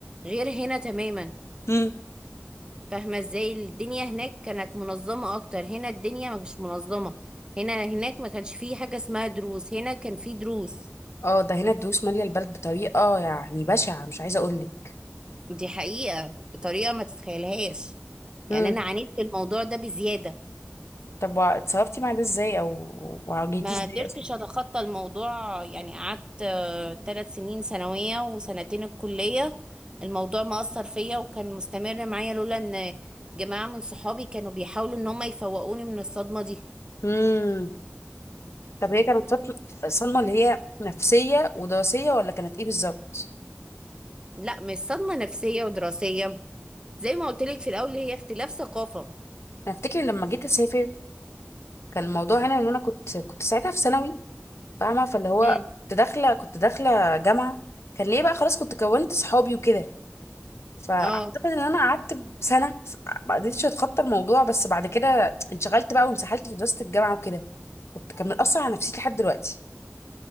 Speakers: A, on the right; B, on the left.
A: غير هنا تماما
B: مم.
A: فاهمة ازاي الدنيا هناك كانت منظمة اكتر هنا الدنيا ما مش منظمة هنا هناك ما كانش فيه حاجة اسمها دروس هنا كان فيه دروس
B: اه ده هنا الدروس ماليه البلد بطريقه يعني بشعه مش عايزه اقولك
A: دي حقيقة بطريقة ما تتخيلهاش
B: امم
A: يعني انا عانيت في الموضوع ده بزيادة
B: طب وع- اتصرفتي مع ده ازاي او واجهتيه
A: ما
B: ازاي
A: قدرتش اتخطى الموضوع يعني قعدت ثلاث سنين ثانوية وسنتين الكلية الموضوع ما اثر فيا وكان مستمر معايا لولا ان جماعة من صحابي كانوا بيحاولوا ان هم يفوقوني من الصدمة دي
B: اصلا طب هي كانت فترة صدمة اللي هي نفسية ودراسية ولا كانت ايه بالظبط؟
A: لا مش صدمة نفسية ودراسية زي ما قلت لك في الأول هي اختلاف ثقافة
B: انا افتكر لما جيت اسافر كان الموضوع هنا ان انا كنت كنت ساعتها في ثانوي فاهمة فاللي هو
A: امم
B: كنت داخلة كنت داخلة جامعة كان ليه بقى خلاص كنت كونت صحابي وكده فاعتقد
A: اه
B: ان انا قعدت سنة ما قدرتش اتخطى الموضوع بس بعد كده انشغلت بقى وانسحلت في دراسة الجامعة وكده كنت كان مأثر على نفسيتي لحد دلوقتي